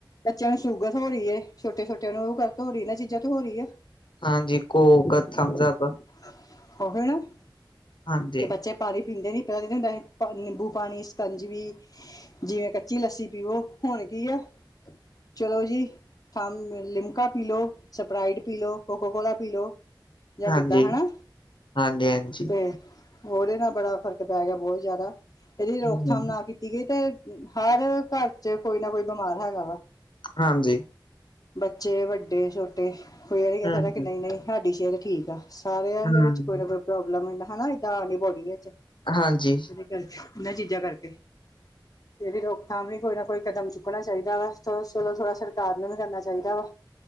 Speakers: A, on the left; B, on the left.
A: ਬੱਚਿਆਂ ਨੂੰ ਸ਼ੂਗਰ ਹੋ ਰੀ ਏ, ਛੋਟੇ-ਛੋਟਿਆਂ ਨੂੰ ਓ ਕੱਦ ਤੋਂ ਹੋ ਰੀ, ਇੰਨਾ ਚੀਜ਼ਾਂ ਤੋਂ ਹੋ ਰੀ ਏ।
B: ਹਾਂਜੀ, ਕੋਕ ਥੰਮਬਸਪ
A: ਅਪ, ਓਹੀ ਨਾ ਕਿ
B: ਹਾਂਜੀ,
A: ਬੱਚੇ ਪਾਣੀ ਪੀਂਦੇ ਨੀ <unintelligible> ਪਾ-ਨਿੰਬੂ ਪਾਣੀ, ਸ਼ਿਕੰਜਵੀ ਜਿਵੇਂ ਕੱਚੀ ਲੱਸੀ ਪੀਵੋ ਹੁਣ ਕੀ ਆ, ਚਲੋ ਜੀ। ਥੰਮ-ਲਿਮਕਾ ਪੀ ਲੋ, ਸਪਰਾਈਡ ਪੀ ਲੋ, ਕੋਕੋ-ਕੋਕਾ ਪੀ ਲੋ। ਯਾ
B: ਹਾਂਜੀ,
A: ਕਿੱਦਾਂ ਹੈਨਾ,
B: ਹਾਂਜੀ-ਹਾਂਜੀ
A: ਤੇ ਓਦੇ ਨਾਲ ਬੜਾ ਫ਼ਰਕ ਪੈ ਗਿਆ ਬਹੁਤ ਜਾਦਾ, ਏਦੀ ਰੋਕਥਾਮ
B: ਹੂੰ-ਹੂੰ
A: ਨਾ ਕੀਤੀ ਸੀਗੇ ਤੇ ਹਰ ਘਰ ਚ ਕੋਈ ਨਾ ਕੋਈ ਬਿਮਾਰ ਹੈਗਾ ਵਾ।
B: ਹਾਂਜੀ।
A: ਬੱਚੇ, ਵੱਡੇ, ਛੋਟੇ ਕੋਈ ਐ ਈ ਨੀ
B: ਹੂੰ,
A: ਹੈਗਾ
B: ਹੂੰ।
A: ਕਿ ਨਈ-ਨਈ ਸਾਡੀ ਸੇਅਤ ਠੀਕ ਐ। ਸਾਰਿਆਂ
B: ਹੂੰ।
A: ਦੇ ਵਿੱਚ ਕੋਈ ਨਾ ਕੋਈ ਪ੍ਰੋਬਲਮ ਹੂੰਦਾ, ਹਨਾ ਏਦਾਂ ਆਪ ਦੀ ਬੋਡੀ ਚ।
B: ਹਾਂਜੀ।
A: <unintelligible> ਇਨਾ ਚੀਜ਼ਾਂ ਕਰਕੇ। ਇਦੀ ਰੋਕਥਾਮ ਲਈ ਕੋਈ ਨਾ ਕੋਈ ਕਦਮ ਚੁੱਕਣਾ ਚਾਈਦਾ ਵਾ, ਚਲੋਂ ਥੋੜਾ -ਚਲੋ ਥੋੜਾ ਸਰਕਾਰ ਨੂੰ ਵੀ ਕਰਨਾ ਚਾਈਦਾ ਵਾ